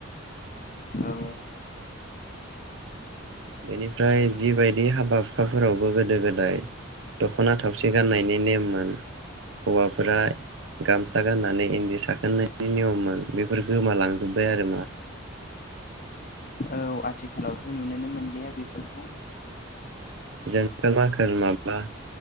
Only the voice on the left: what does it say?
औ
औ आथिखालावथ' नुुनोनो मोनलिया बेफोरखौ